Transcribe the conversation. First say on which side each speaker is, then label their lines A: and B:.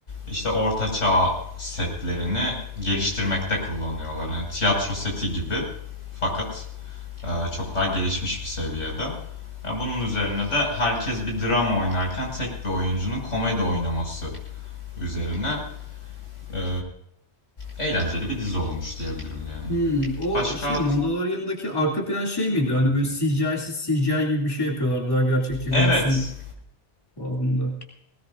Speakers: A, on the left; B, on the left.
A: işte orta çağ setlerini geliştirmekte kullanıyorlar. Hani tiyatro seti gibi fakat e, çok daha gelişmiş bir seviyede. Ya bunun üzerine de herkes bir drama oynarken tek bir oyuncunun komedi oynaması üzerine e, eğlenceli bir dizi olmuş diyebilirim yani.
B: Hmm, o
A: Başka?
B: şey Mandalorian'daki arka plan şey miydi? Hani böyle CGI'siz CGI gibi bir şey yapıyorlar daha gerçekçi
A: Evet.
B: gözüksün babında.